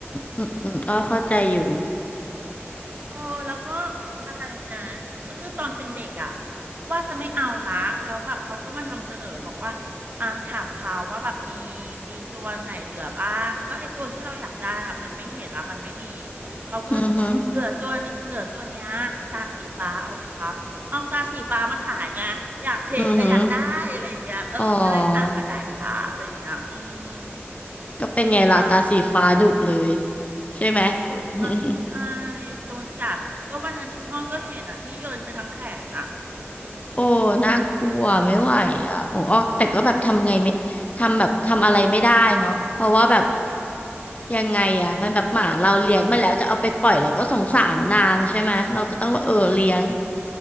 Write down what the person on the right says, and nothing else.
อืม
เออแล้วก็อะไรนะก็คือตอนเป็นเด็กอ่ะว่าจะไม่เอาละแล้วแบบเขาก็มานำเสนอบอกว่าอ่าถามเขาว่าแบบมีมีตัวไหนเหลือบ้างก็ไอตัวที่เราอยากได้อ่ะมันไม่เห็นละมันไม่มีเขาก็เลยบอกว่าเหลือตัวนี้เหลือตัวเนี้ยตาสีฟ้าเอาไหมครับเอาตาสีฟ้ามาขายไงอยากเห็นเอออยากได้อะไรอย่างเงี้ยเออก็เลยอ่ะก็ได้ค่ะอะไรอย่างเงี้ยอืม
ดูอ่ะ
ดุมากใช่
โดนกัดก็วันนั้นคุณอ้อก็เห็นอ่ะที่โยนไปทั้งแขนอ่ะอืม